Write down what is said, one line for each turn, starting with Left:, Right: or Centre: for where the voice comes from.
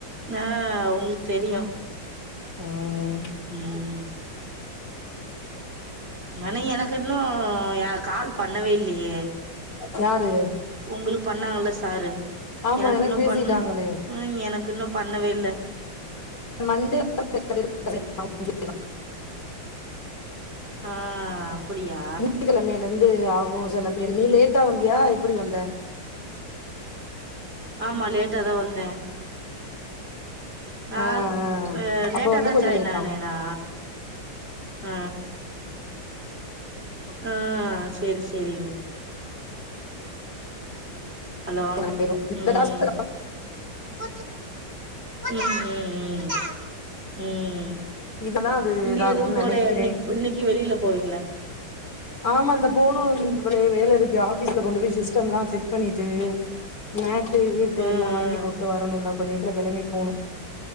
Right: ஆ அவுங்ளுக்கு தெரியு
Left: ம்
Right: ம் ஆனா எனக்கு இன்னு கால் பண்ணவே இல்லையே
Left: யாரு
Right: உங்களுக் பண்ணாங்கல்ல சாரு
Left: ஆமா
Right: எனக்கு இன்னு
Left: பேசிட்டாங்களே
Right: பண்ணல ம் எனக்கு இன்னு பண்ணவே இல்ல
Left: மண்டே <unintelligible>
Right: ஆ அப்படியா
Left: திங்கெழமைல இருந்து ஆகு சில பேரு நீ லேட்டா வந்தியா எப்டி வந்த
Right: ஆமா லேட்டாதா வந்தே நான்
Left: ஆ ஆ அப்ப
Right: லேட்டாாதா
Left: வந்து கொஞ்சோ
Right: ஜாயின்
Left: லேட்
Right: ஆனேனா
Left: ஆகு
Right: ஆ ஆ சேரி சேரி அண்ணி ஹலோ
Left: ஆயிரு இந்த
Right: ம்
Left: டாஸ்க்
Right: ம் ம் ம் ம்
Left: இதெல்லா அது
Right: இங்க
Left: இதாகும்னு
Right: எதும் போலயா
Left: நெனைக்கிறே
Right: இன்னைக்கு இப்ப இன்னைக்கு வெளில போவீங்கள
Left: ஆமா இந்த போனு ஆமா வந் இவளே வேலருக்கு ஆபீஸ்ல கொண்டு போய் சிஸ்டம்லா செக் பண்ணிட்டு மேட் ட்டு ஹீட்ரு
Right: ஆ ஆ
Left: எல்லா வாங்கி போட்டு வரணுந்தா கொஞ்சோ இதுல கெளம்பி போணு